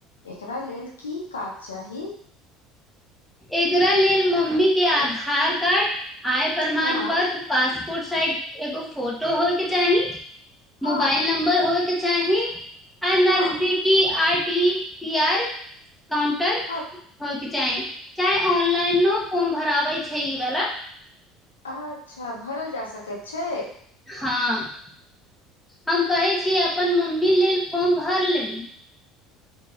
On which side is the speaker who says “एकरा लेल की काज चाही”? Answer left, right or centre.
Left